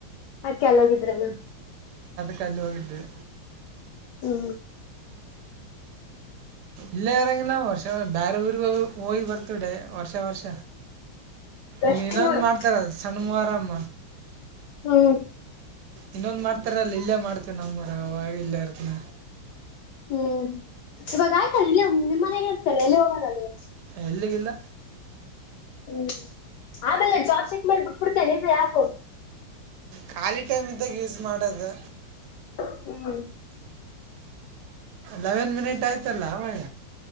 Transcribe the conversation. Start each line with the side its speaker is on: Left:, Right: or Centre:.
Left: ಅದ್ಕೆ ಎಲ್ಲಿ ಹೋಗಿದ್ರೇನ
Right: ಕಲ್ಲ ಹೋಗಿದ್ದ್ವಿ.
Left: ಹೂ
Right: ಇಲ್ಲ ಇರಂಗಿಲ್ಲ ವರ್ಷ ಬೇರೆ ಊರಿಗೆಗ ಹೋಗಿ ಬರ್ತಡೇ ವರ್ಷ ವರ್ಷ.
Left: ಎಷ್ಟು
Right: ಈಗ ಇನ್ನೊಂದು
Left: ನೋಡು
Right: ಮಾಡ್ತಾರ ಸಣ್ಣಮೋರಂ.
Left: ಹ್ಮ್
Right: ಇನ್ನೊಂದ್ ಮಾಡ್ತಾರಲ್ಲ ಇಲ್ಲೇ ಮಾಡ್ತವಿ ನಮ್ಮ್ ಮರ ಅವಾಗ ಇಲ್ಲೇ ಇರ್ತನ.
Left: ಹೂ ಇವಾಗ ಆಯ್ತಲ್ಲ ಇಲ್ಲ ನಿಮ್ಮ ಮನೇನ ಇರ್ತಾರೆ ಎಲ್ಲಿ ಹೋಗಲ್ಲಲ್ಲ ಇವಾಗ.
Right: ಎಲ್ಲಿಗಿಲ್ಲ.
Left: ಹೂ ಆಮೇಲೆ ಜಾಬ್ ಚೆಕ್ ಮೇಲೆ ಬಿಟ್ಬಿಡ್ತೇನೆ ಈ ಆ್ಯಪ್
Right: ಖಾಲಿ ಟೈಮ್ ಇದ್ದಾಗ ಯೂಸ್ ಮಾಡೋದು.
Left: ಹ್ಮಹೂ
Right: ಲೆವೆನ್ ಮಿನಿಟ್ ಆಯ್ತಲ್ಲ ಅವಳ.